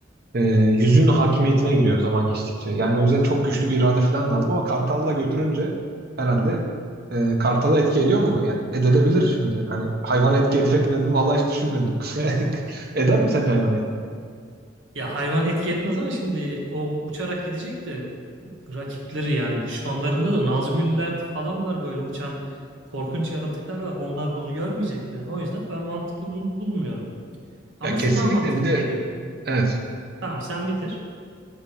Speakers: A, on the right; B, on the right.
A: e, yüzüğün hakimiyetine giriyor zaman geçtikçe. Yani o yüzden çok güçlü bir irade falan lazım ama Kartal'la götürünce herhalde e, Kartal'a etki ediyor mu? Yani edebilir şimdi. Hani hayvana etki edip etmedi mi? Vallahi hiç düşünmedim. <laughs> Eder mi sence hayvana etki?
B: Ya hayvan etki etmez ama şimdi o uçarak gidecek de rakipleri yani düşmanlarında da Nazgûl'ler falan var böyle uçan korkunç yaratıklar var. Onlar bunu görmeyecek mi yani? O yüzden ben mantıklı bunu bulmuyorum. Ama
A: Ya kesinlikle
B: şu daha mantıklı
A: bir de
B: geliyor.
A: evet.
B: Tamam sen bitir.